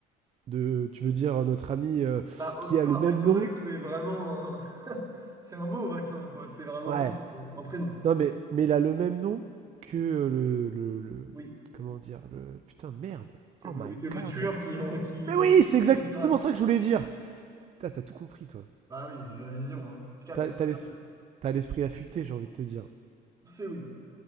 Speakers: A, on the right; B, on the right.
A: De, tu veux dire euh, notre ami euh,
B: Bah, oh,
A: qui
B: bah,
A: a le même
B: étant
A: nom
B: donné que c'est vraiment un... <laughs> c'est un mot, vaccin, quoi. C'est vraiment
A: Ouais.
B: pas un, un prénom.
A: Non, mais, mais il a le même nom que euh, le, le, le-
B: Oui.
A: Comment dire le Putain, merde.
B: Que,
A: Oh
B: me-
A: my
B: que le
A: godness.
B: tueur qui... qui...
A: Mais oui,
B: met
A: c'est exactement
B: terrasse.
A: ça que je voulais dire. Putain, T'as tout compris, toi.
B: Bah oui, j'ai la vision, hein. Tu captes
A: T'as
B: la vision.
A: t'as l'esprit t'as l'esprit affûté, j'ai envie de te dire.
B: C'est oui.